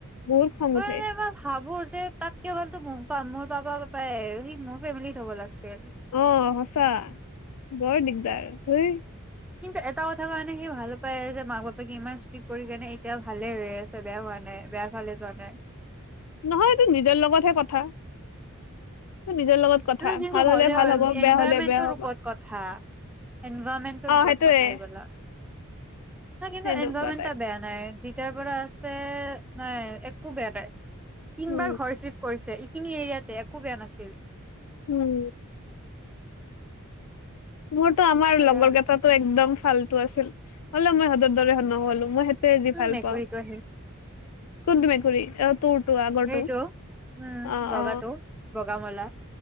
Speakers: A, on the left; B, in the centre.
A: বহুত খং
B: মই,
A: উঠে
B: মই ভাবো যে, <unintelligible> পাপা, পাপা এ সি মোৰ ফেমিলিত হ'ব লাগছিল
A: অ', সঁচা বৰ দিগদাৰ ধেই
B: কিন্তু এটা কথা কাৰণে সি ভাল পায় যে, মাক বাপেকে ইমান ষ্ট্ৰিক কৰি কেনে এতিয়া ভালে হৈ আছে বেয়া হোৱা নাই বোৰ ফালে যোৱা নাই।
A: নহয়, তো নিজৰ লগতহে কথা। নিজৰ লগত কথা
B: ন' যন্তু
A: ভাল
B: হ'লে
A: ভাল
B: এনভাইৰমেন্টৰ
A: হ'ব বেয়া হলে বেয়া হ'ব
B: ওপৰত কথা এনভাইৰনমেন্টৰ
A: অ
B: ওপৰত
A: সেইটোয়ে
B: কথা এইবেলা। ন' কিন্তু
A: সেনেকুৱা
B: এনভাইৰমেট
A: টাইপ
B: এটা বেয়া নাই। এতিয়াৰ পৰা আছে, নাই একো বেয়া নাই। তিন
A: উম
B: বাৰ ঘৰ চিফ কৰি এইখিনি এৰিয়াতে একো বেয়া নাছিল।
A: উম। মোৰতো আমাৰ
B: এয়া
A: লগৰ কেইটাটো একদম ভালটো আছিল হ'লে মই সিহঁতৰ দৰে নহ'ল মই সেইটোৱে আজি ভাল
B: মেকুৰীটো
A: পাওঁ।
B: আহিল
A: কোনটো মেকুৰী অ'? তোৰতো আগৰটো
B: ভেইটো উম,
A: অ
B: বগাটো
A: অ
B: বগা মলা।